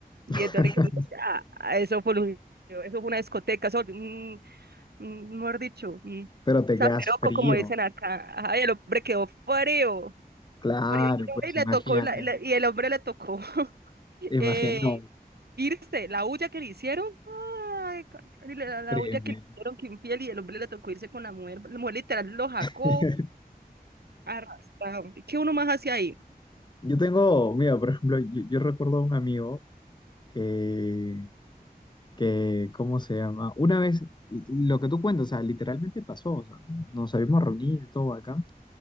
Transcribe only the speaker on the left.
<laughs>
Pero te
quedas frío.
Claro,
pues
imagínate.
Imagino,
no,
tremendo.
<laughs>
Yo tengo, mira, por ejemplo, yo, yo recuerdo a un amigo que, que, ¿cómo se llama? Una vez, lo que tú cuentas, o sea, literalmente pasó, o sea, nos habíamos reunido y todo acá,